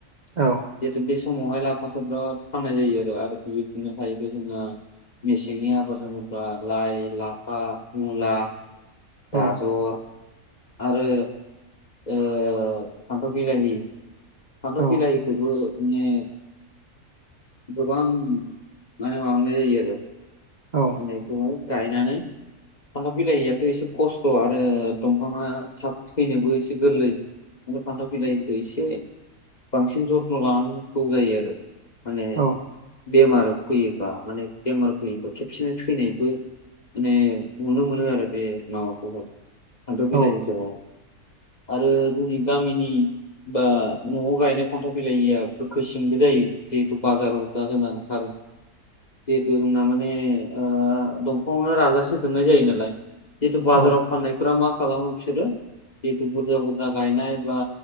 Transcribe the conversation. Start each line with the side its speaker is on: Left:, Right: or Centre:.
Right: औ।
Left: जिहेतु बे समावहाय लाफाखौ बिराद फाननाय जायो आरो आरो <unintelligible> मेसेंनि आबाद होनोब्ला लाइ, लाफा, मुला, गाजर
Right: औ
Left: आरो ओ फान्थाव बिलाइनि फान्थाव
Right: औ
Left: बिलाहिखौबो माने गोबां माने माबानाय जायो आरो
Right: औ।
Left: एखौहाय गायनानै फान्थाव बिलाइयाथ' एसे खस्थ' आरो दंफाङा थाब थैनोबो एसे गोरलै मने फान्थाव बिलाायखौ एसे बांसिन जथ्न' लानांगौ जायो आरो। माने
Right: औ
Left: बेमार फैयोबा माने बेमार फैयोबा खेबसेनो थैनायबो माने नुनो मोनो आरो बे माबाखौह फानथाव बिलाहिखौहाय
Right: औ
Left: आरो जोंनि गामिनि बा न'आव गायनाय फानथाव बिलाहिया गोखोसिंबो जायो जिहेथु बाजाराव दा जोंहा ओंखारो जिहेथु जोंना माने ओ दंफांङावनो राजाजासे दोननाय जायो नालाय जिथु बाजाराव
Right: औ
Left: फाननायफोरा मा खालामो बिसोरो जिथु बुरजा बुरजा गायनाय बा